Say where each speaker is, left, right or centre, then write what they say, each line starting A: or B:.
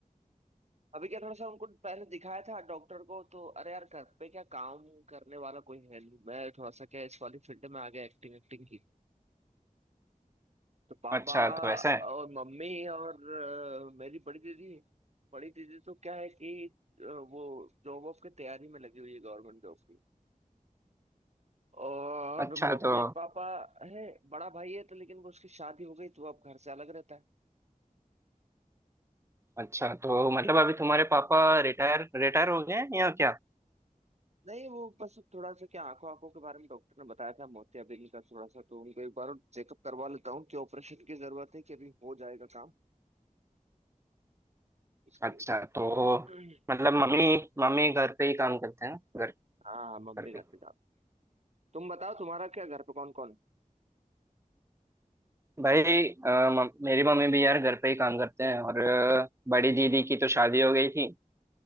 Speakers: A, on the right (about 50°); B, on the right (about 20°).
A: अभी क्या थोड़ा सा उनको पहले दिखाया था डॉक्टर को तो अरे यार घर पे क्या काम करने वाला कोई है नहीं मैं थोड़ा सा क्या इस वाली फील्ड में आ गया एक्टिंग एक्टिंग तो पापा
B: अच्छा तो ऐसा है
A: और मम्मी और अ, मेरी बड़ी दीदी बड़ी दीदी तो क्या है कि अ, वो जॉब वॉब की तैयारी में लगी हुई है गवर्नमेंट जॉब की और
B: अच्छा
A: मम्मी
B: तो
A: पापा है बड़ा भाई है तो लेकिन वो उसकी शादी हो गई तो वो अब घर से अलग रहता है
B: अच्छा तो मतलब अभी तुम्हारे पापा रिटायर रिटायर हो गए हैं या क्या
A: नहीं वो बस थोड़ा सा क्या आंखों आंखों के बारे में डॉक्टर ने बताया था मोतियाबिंद का थोड़ा सा तो उनको एक बार चेकअप करवा लेता हूँ कि ऑपरेशन की जरूरत है कि अभी हो जाएगा काम इसके
B: अच्छा
A: हिसाब
B: तो
A: <clears throat>
B: मतलब मम्मी मम्मी घर पे ही काम करते हैं ना घर
A: हाँ मम्मी
B: घर पे
A: घर पे जाओ तुम बताओ तुम्हारा क्या घर पे कौन कौन है?
B: भाई अ, मम- मेरी मम्मी भी यार घर पे ही काम करते हैं और अ, बड़ी दीदी की तो शादी हो गई थी